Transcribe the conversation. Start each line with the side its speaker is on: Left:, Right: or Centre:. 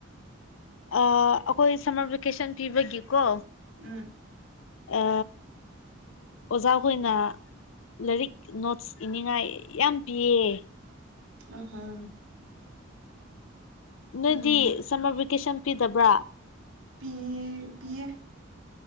Left: ꯑꯩꯈꯣꯏ ꯁꯝꯃꯔ ꯚꯦꯀꯦꯁꯟ ꯄꯤꯕꯒꯤꯀꯣ
Right: ꯎꯝ
Left: ꯑ ꯑꯣꯖꯥ ꯍꯣꯏꯅ ꯂꯥꯏꯔꯤꯛ ꯅꯣꯠꯁ ꯏꯅꯤꯡꯉꯥꯏ ꯌꯥꯝ ꯄꯤꯌꯦ
Right: ꯑꯍꯥ ꯎꯝ
Left: ꯅꯣꯏꯗꯤ ꯁꯝꯃꯔ ꯚꯦꯀꯦꯁꯟ ꯄꯤꯗꯕ꯭ꯔꯥ
Right: ꯄꯤ ꯄꯤꯌꯦ